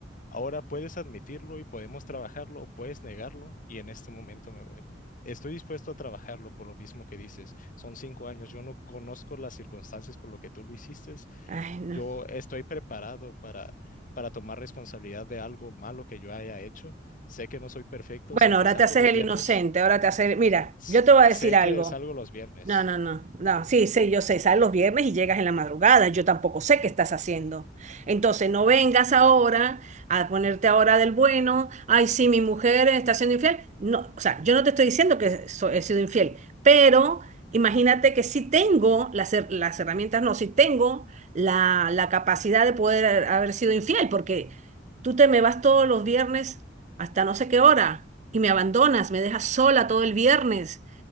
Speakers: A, on the left; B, on the right.
A: Ahora puedes admitirlo y podemos trabajarlo o puedes negarlo y en este momento me voy. Estoy dispuesto a trabajarlo por lo mismo que dices. Son cinco años. Yo no conozco las circunstancias por lo que tú lo hiciste.
B: Ay, no.
A: yo estoy preparado para, para tomar responsabilidad de algo malo que yo haya hecho. Sé que no soy perfecto,
B: Bueno,
A: sé que
B: ahora
A: salgo
B: te haces
A: los
B: el
A: viernes,
B: inocente, ahora te haces, mira,
A: sé,
B: yo te voy a
A: sé
B: decir algo.
A: que salgo los viernes.
B: No, no, no, no,
A: eh,
B: sí, sí, yo sé, sales los viernes y llegas en la madrugada, yo tampoco sé qué estás haciendo. Entonces, no vengas ahora a ponerte ahora del bueno, ay, sí, mi mujer está siendo infiel. No, o sea, yo no te estoy diciendo que so- he sido infiel, pero imagínate que si tengo las, her- las herramientas, no, si tengo la, la capacidad de poder haber sido infiel, porque tú te me vas todos los viernes hasta no sé qué hora y me abandonas, me dejas sola todo el viernes.